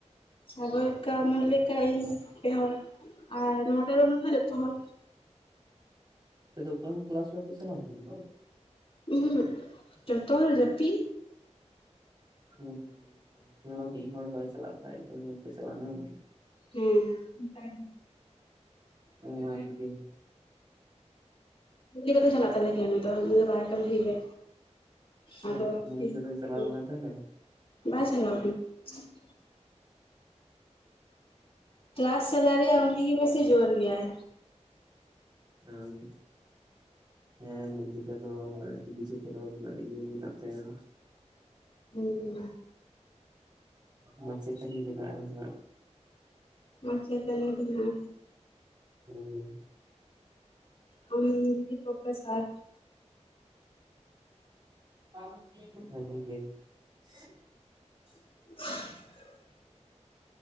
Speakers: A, on the left; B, on the right.
A: ᱥᱟᱜᱚᱨᱤᱠᱟ, ᱢᱚᱞᱞᱤᱠᱟ, ᱤᱧ ᱯᱮ ᱦᱚᱲ ᱟᱨ ᱱᱚᱸᱰᱮ ᱫᱚᱱᱟ ᱡᱚᱛᱚ ᱦᱚᱲ᱾
B: ᱟᱯᱮ ᱫᱚ ᱫᱚᱝ ᱠᱮᱞᱟᱥ ᱵᱟᱯᱮ ᱪᱟᱞᱟᱣ ᱟᱠᱟᱱᱟ᱾
A: ᱩᱸ ᱡᱚᱛᱚ ᱦᱚᱲ ᱡᱟᱹᱯᱤ
B: ᱦᱩᱸ ᱯᱮ ᱦᱚᱲ, ᱢᱤᱫ ᱦᱚᱲ ᱵᱟᱭ ᱪᱟᱞᱟᱜ ᱠᱷᱟᱡ ᱫᱟᱲᱮᱠᱟ ᱟᱯᱮᱥᱟᱞᱟ ᱦᱩᱸ
A: ᱦᱮᱸᱦᱮᱸ ᱚᱱᱠᱟᱜᱤ
B: ᱚᱦᱚᱸᱦᱟᱱ ᱜᱮ᱾
A: ᱠᱩᱞᱤ ᱠᱟᱛᱮ ᱪᱟᱞᱟᱜ ᱛᱟᱞᱮᱜᱮᱭᱟ ᱱᱩᱭ ᱫᱚ᱾ ᱟᱭ ᱠᱟᱱ ᱜᱮ
B: ᱟᱪᱪᱷᱟ
A: ᱟᱫᱚ <inaudible>
B: ᱢᱚᱞᱞᱤᱠᱟ ᱫᱚᱭ ᱪᱟᱞᱟᱣ ᱞᱮᱱᱟ ᱛᱟᱦᱚᱞᱮ?
A: ᱵᱟᱭ ᱥᱮᱤᱱ <inaudible> ᱠᱞᱟᱥ ᱪᱟᱞᱟᱜ ᱨᱮᱭᱟᱜ ᱩᱱᱤ ᱜᱮ ᱵᱮᱥᱤ ᱡᱳᱨ ᱜᱮᱭᱟᱭ᱾
B: ᱦ <inaudible> ᱦᱮᱸ ᱢᱚᱱᱫᱤᱠᱟ ᱫᱚ ᱟᱹᱰᱤ ᱠᱤᱪᱷᱩ ᱠᱚᱨᱚᱣ ᱨᱮᱭᱟᱜ ᱤᱭᱟᱹ ᱢᱮᱱᱟᱜ ᱛᱟᱭᱟ᱾
A: ᱦᱮᱸ‌ᱦᱮᱸ
B: ᱢᱟᱪᱮᱫ ᱛᱟᱱᱤᱜ ᱵᱮᱱᱟᱜ -ᱟ
A: ᱢᱟᱪᱮᱫ ᱛᱟᱱᱤᱜ ᱵᱮᱱᱟᱜ -ᱟ
B: ᱦᱩᱸ <inaudible>
A: ᱟᱢ ᱫᱤᱫᱤ ᱯᱨᱚᱯᱮᱥᱟᱨ
B: ᱟᱞᱤ ᱜᱮ <unintelligible>
A: <unintelligible>